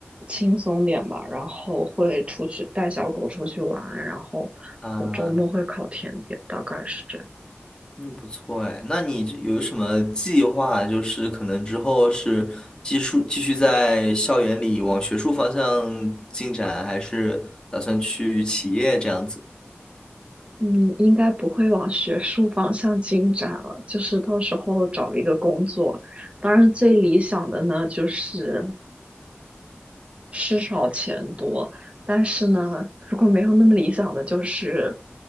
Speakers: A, on the right; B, on the left.
A: 轻松点吧。然后会出去带小狗出去玩，然后我周末会烤甜点，
B: 啊。
A: 大概是这样。
B: 嗯，不错哎。那你有什么计划？就是可能之后是继续继续在校园里往学术方向进展，还是打算去企业这样子？
A: 嗯，应该不会往学术方向进展了，就是到时候找一个工作。当然，最理想的呢，就是。事少钱多，但是呢，如果没有那么理想的，就是